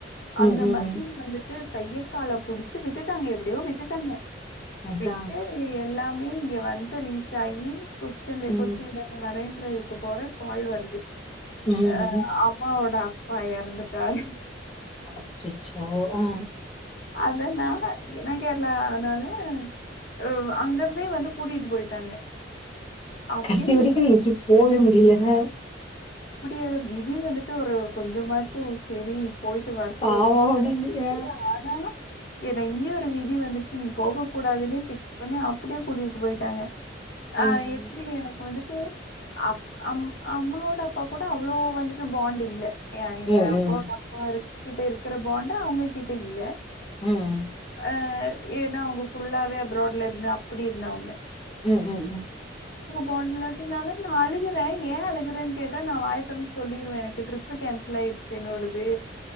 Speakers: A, on the left; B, on the left.
A: ம்
B: அந்த
A: ம்
B: மாதிரி வந்துட்டு கையைக்கால புடிச்சு விட்டுட்டாங்க எப்டியோ விட்டுட்டாங்க
A: அதான்
B: விட்டு எல்லா மே இங்க வந் ந்த ரீச் ஆயி கு செல்ல
A: ம்
B: கொச்சில்ல இருந்து வரே <unintelligible> போற கால் வருது
A: ம்
B: அஹ் அம்மாவோட அ ப்பா எறந்துட்டார்
A: அச்சச்சோ அஹா
B: அதனால என்ன கேரளனால அஹ் அங்கிருந்தே வந்து கூட்டிட்டு போயிட்டாங்க அப்படியே
A: கடைசி வரைக்கு நீங்க ட்ரிப் போவே முடில அஹ
B: ஏல விதி வந்துட் ஒரு கொஞ்சமாச்சு வுட்டு சேரி இப் போயிட்டு வரட்டு
A: பாவம்
B: அப்டின்னு சொல்லிட்டு
A: ஆ
B: ஆனா ஏத இன்னொரு விதி வந்துட்டு நீ போக கூடாதுன்னே ஃப்க்ஸ் பண்ணி அப்டியே கூட்டிட்டு போயிட்டாங்க ஆஹ்
A: ஆ
B: எப்டி எனக்கு வந்து து அப் அம் அம்மாவோட அப்பா கூட அவ்வளோ வந்துட்டு பாண்ட் இல்ல ஏ அய்யா
A: ம்,
B: அப்பாவோட
A: ம்.
B: அப்பாரு கிட்ட இருக்கிற ஃபாண்டு அவங்க கிட்ட இல்ல
A: ம் ம்
B: ஆஹ் ஏன்னா அவங்க ஃபுல்லாவே அப்ரோட்ல இருந்து அப்புடி இருந்தவங்க
A: ம் ம் ம்
B: போண்டலதுனால நா அழுகற ன் ஏ அழுகுறேன் கேட்டா நா வாயத்தொறந்து சொல்லிருவே எனக்கு ட்ரிப்பு கேன்சல் ஆயி என்னோடுது